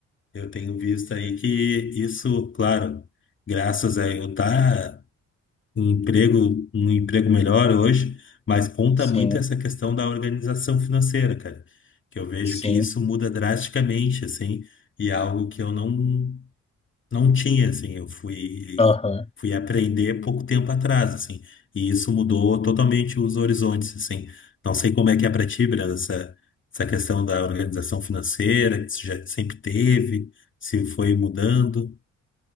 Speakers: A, on the left (about 40°); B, on the left (about 20°).
A: eu tenho visto aí que isso, claro, graças a eu tá. um emprego, um emprego melhor hoje, mas conta
B: sim,
A: muito essa questão da organização financeira, cara, que eu vejo
B: sim.
A: que isso muda drasticamente, assim, e é algo que eu não não tinha, assim, eu fui
B: Aham.
A: fui aprender pouco tempo atrás, assim, e isso mudou totalmente os horizontes, assim. Não sei como é que é pra ti, Brenda, essa essa questão da organização financeira, que você já sempre teve, se foi mudando.